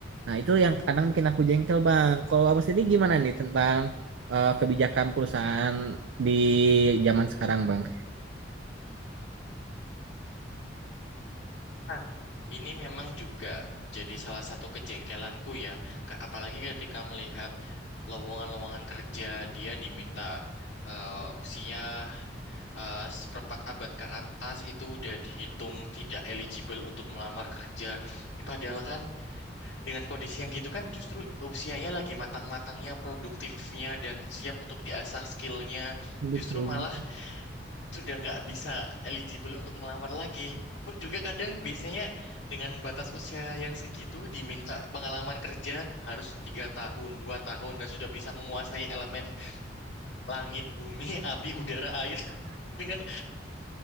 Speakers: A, on the right; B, on the left.
A: Nah, itu yang kadang bikin aku jengkel, Bang. Kalau Abang sendiri gimana nih tentang eh, kebijakan perusahaan di zaman sekarang, Bang?
B: Ah. Ini memang juga jadi salah satu kejengkelanku ya. Ka- Apalagi ketika melihat lowongan-lowongan kerja dia diminta eh, usia eh, seperempat abad ke atas itu udah dihitung tidak eligible untuk melamar kerja. Ih, Padahal kan Dengan kondisi yang gitu kan justru usianya lagi matang-matangnya, produktifnya, dan siap untuk diasah skillnya.
A: Betul.
B: Justru malah sudah nggak bisa eligible untuk melamar lagi. Pun juga kadang biasanya dengan batas usia yang segitu diminta pengalaman kerja harus tiga tahun, dua tahun, dan sudah bisa menguasai elemen langit, bumi, <laughs> api, udara, air. <laughs> Dengan